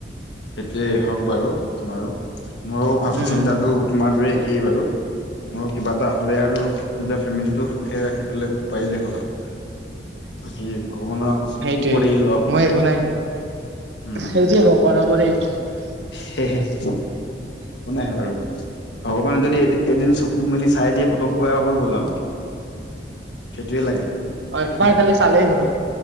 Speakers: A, on the left (about 85°); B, on the right (about 80°).
A: সেইটোৱে হওঁক বাৰু, বাৰু মোৰো ভাব
B: উম
A: চিন্তাটো তোমাৰ দৰেই একেই বাৰু ময়ো কিবা তাহলে আৰু নিজৰ ফেমিলিটো সুখে ৰাখিবলৈ পাৰিলেই হ'ল আৰু বাকী ভগৱানৰ
B: সেইটোৱে
A: ওপৰত এৰিলোঁ আউ,
B: মই একো নাই
A: উম।
B: সেইটোৱে ভগৱানৰ ওপৰত এৰিছো আৰু
A: <unintelligible> একো নাই বাৰু ভগৱানে যদি এ এদিন চকু মেলি চাই দিয়ে পতককৈ আৰু হৈ গ'ল আউ সেইটোৱে লাগে
B: অ এবাৰ
A: হ'ম
B: খালি চালেই হ'ল